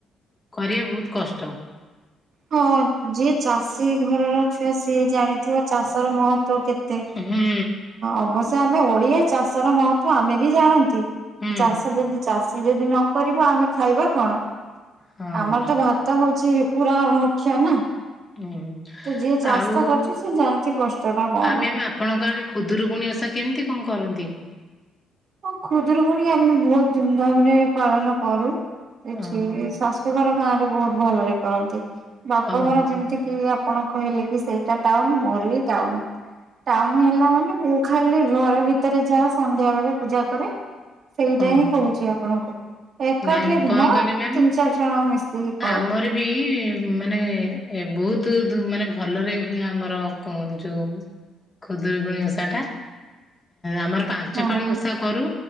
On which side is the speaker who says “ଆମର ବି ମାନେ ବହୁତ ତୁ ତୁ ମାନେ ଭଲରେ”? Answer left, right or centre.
Left